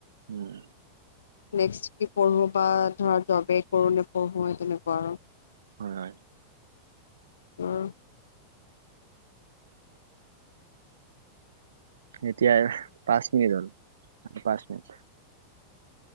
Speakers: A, on the right; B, on the left.
A: উম।
B: নেক্স কি কৰো বা ধৰা জবে কৰো নে পঢ়ো সেই তেনেকুৱা আৰু।
A: হয়, হয়।
B: উম।
A: এতিয়া পাঁচ মিনিট হ'ল পাঁচ মিনিট।